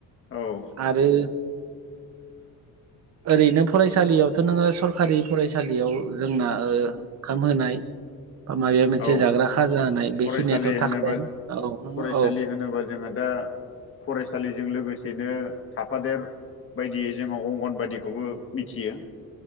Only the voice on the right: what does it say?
आरो
ओरैनो फरायसालियावथ' नोङो सरखारि फरायसालियाव जोंना ओंखाम होनाय बा माबाया मोनसे
जाग्रा खाजा होनानाय बेखिनियाथ'
थाखाय
औ
औ